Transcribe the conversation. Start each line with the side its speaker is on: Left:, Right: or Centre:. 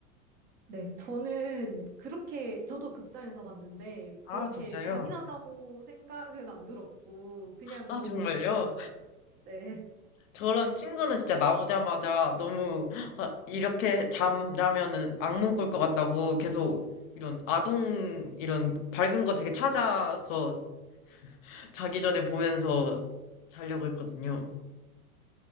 Right: 네, 저는 그렇게, 저도 극장에서 봤는데, 그렇게
Left: 아, 진짜요?
Right: 잔인하다고 생각은 안 들었고, 그냥
Left: 아,
Right: 너무
Left: 정말요?
Right: 재밌었어요. 네. <laughs>
Left: 저랑 친구는 진짜 나오자마자 너무 아, 이렇게 잠자면은 악몽 꿀 것 같다고 계속 이런 아동 이런 밝은 거 되게 찾아서 자기 전에 보면서 자려고 했거든요.